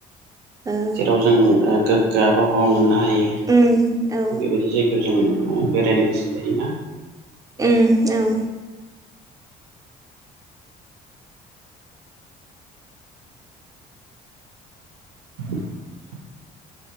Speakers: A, on the right; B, on the right.
A: ओ
B: जेराव जों गोग्गो आबहावा मोननो हायो
A: उम औ
B: बेबायदि जायगायाव जों बेरायनो गोसो जायोना
A: उम औ
B: <unintelligible>